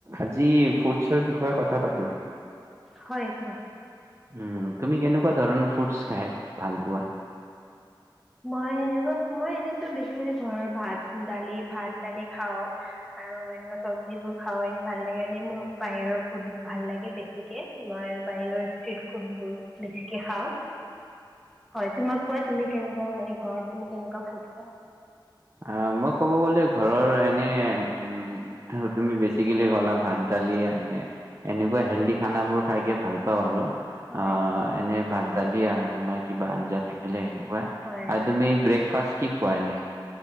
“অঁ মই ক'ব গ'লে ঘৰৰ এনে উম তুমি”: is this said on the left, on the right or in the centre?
Right